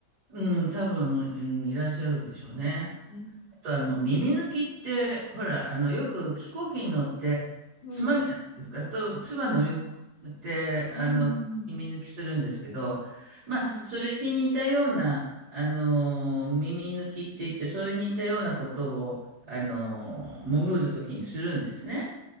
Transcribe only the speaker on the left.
うん。
あ、はい、はい。うん、うんうん、はい、